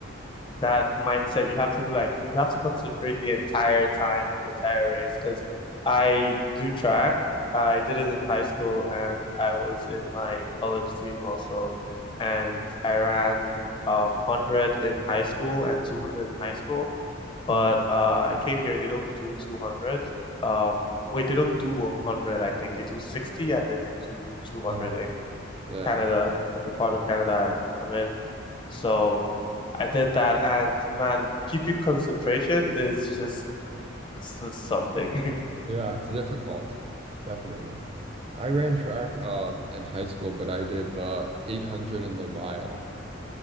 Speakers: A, on the left (about 25°); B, on the right (about 30°).
A: that mindset. You have to like you have to concentrate the entire time, the entire race. Because I do track. I did it in high school, and I was in my college team also. And I ran um 100 in high school and 200 in high school. But
B: hmm
A: uh, I came here. They don't do 200. Um, wait, they don't do 100. I think they do 60, and then they do 200
B: Uh,
A: in
B: yeah,
A: Canada, in the part of Canada I, I'm in. So I did that, and man, keeping concentration is just, it's just something. <laughs>
B: yeah, it's difficult, definitely. I ran track um in high school, but I did the 800 and the mile.